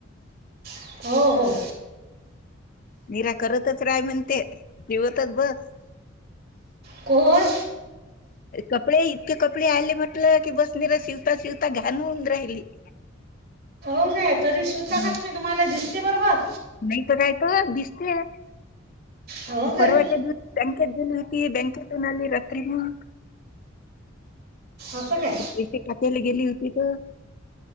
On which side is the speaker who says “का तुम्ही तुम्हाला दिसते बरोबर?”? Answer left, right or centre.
Right